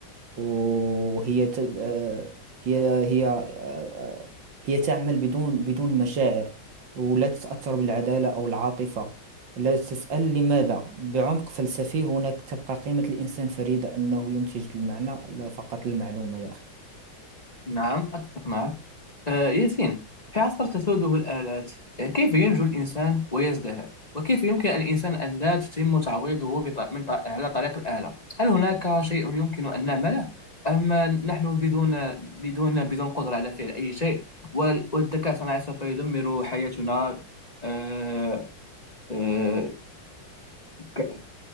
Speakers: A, on the right; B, on the left.
A: وهي ت... آه، هي هي آه، هي تعمل بدون بدون مشاعر ولا تتأثر بالعدالة أو العاطفة لا تسأل لماذا بعمق فلسفي هناك تبقى قيمة الإنسان فريدة أنه ينتج المعنى لا فقط المعلومة يا أخي
B: نعم أتفق معك آه، ياسين في عصر تسوده الآلات آه، كيف ينجو الإنسان ويزدهر وكيف يمكن الإنسان أن لا تتم تعويضه بط... من ط... على طريق الآلة هل هناك شيء يمكن أن نعمله أما نحن بدون بدون بدون قدرة على فعل أي شيء وال... والذكاء الصناعي سوف يدمر حياتنا آه، آه، ك...